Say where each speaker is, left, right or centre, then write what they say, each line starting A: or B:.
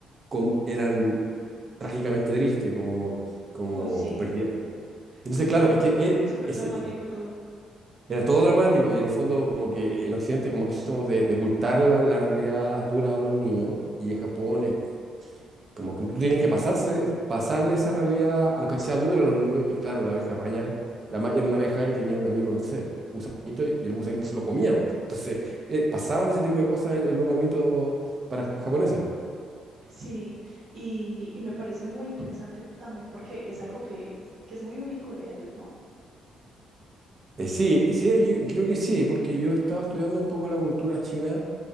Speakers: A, on the right; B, on the right.
A: com- eran trágicamente tristes, como, como
B: Uy, sí,
A: perdida. Entonces,
B: <clears throat> sí,
A: claro, es que
B: sí,
A: e-
B: súper
A: ese,
B: dramático todo.
A: era todo dramático, y en el fondo como que en Occidente como que somos de, de ocultar la, la realidad dura a los niños, y en Japón es como que tú tienes que pasarse, pasarle esa realidad, aunque sea dura a los niños. Y claro, la abeja maña, la ma- era una abeja y tenía un amigo, no sé, gusanito, y el gusanito se lo comían. po. Entonces, eh, pasaban ese tipo de cosas en, en los monitos para japoneses.
B: Sí, y, y me parece muy interesante también porque es algo que, que es muy único de ellos, ¿no?
A: Eh, sí, sí, yo creo que sí, porque yo estaba estudiando un poco la cultura china